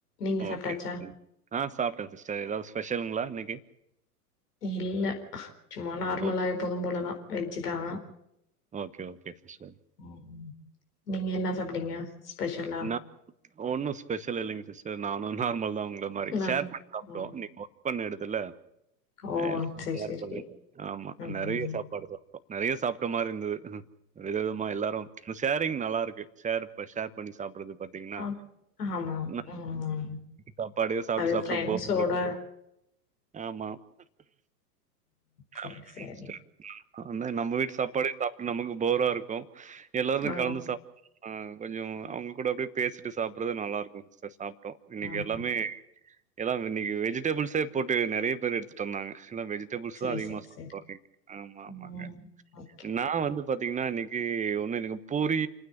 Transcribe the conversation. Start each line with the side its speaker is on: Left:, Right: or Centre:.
Left: நீங்க சாப்ட்டாச்சா
Right: ஓகே. ம். ஆ சாப்ட்டே சிஸ்டர் எதாவ் ஸ்பெஷலுங்களா இன்னைக்கு
Left: இல்ல சும்மா நார்மலா
Right: ம். ஓகே.
Left: எப்பொதும் போலதா வெஜ்ஜுதா
Right: ஓகே ஓகே சிஸ்டர்
Left: ம் நீங்க என்ன சாப்டீங்க பெஷல்
Right: நா ஒன்னு ஸ்பெஷல் இல்லேங்க சிஸ்டர் நானு நார்ம தா உங்க மாரி
Left: நா
Right: ஷேர் பண்ணி சாப்பிட்டோ
Left: ம்
Right: இன்னக்கு <unintelligible> பண்ண இடுத்துல
Left: ஓ
Right: எல்ல
Left: சேரி
Right: சேர்
Left: சேரி
Right: பண்ணி ஆமா
Left: ம்
Right: நிறைய சாப்பாடு சாப்டே நிறைய சாப்பிட்ட மாதிரி இருது வித விதமா எல்லாரு ஷேரிங் நல்லா இருக்கு ஷேர் ஷேர் பண்ணி சாப்டறது பாத்தீங்கன்னா
Left: ஆ ஆமா
Right: நா
Left: ம்
Right: சாப்படே சாப்ட்டு
Left: அது
Right: சாப்பிட்டு
Left: ஃப்ரெண்ட்ஸோட
Right: போர இருக்கு ஆமா <unintelligible>
Left: சேரி சேரி
Right: ஆ நம்ம வீட்டு சாப்பாடே சாப்பிட்டு நமக்கு போரா இருக்கு எல்லார்து
Left: ஆ
Right: கலந்து சாப்ட ஆஹ் கொஞ்சோ அவங்க கூட அப்படியே பேசிட்டு சாப்பறது நல்லா இருக்கு சிஸ்டர் சாப்ப டோ இன்னைக்கு
Left: ம்
Right: எல்லாமே எல்லா இன்னைக்கி வெஜிடபிள்ஸே போட்டு நெறைய பேர் எடுத்துட்டு வந்தாங்க எல்ல வெஜ் வெஜிடபில்ஸ்
Left: சேரி
Right: தா அதிகமா
Left: சேரி
Right: சாப்டோஇன்னேக்கு
Left: சேரி
Right: ஆமா
Left: ம்
Right: ஆமாங்க
Left: ஓகே
Right: நா வந்து பாத்தீங்கன்னா இன்னக்கி ஒண்ணு எனக்கு பூரி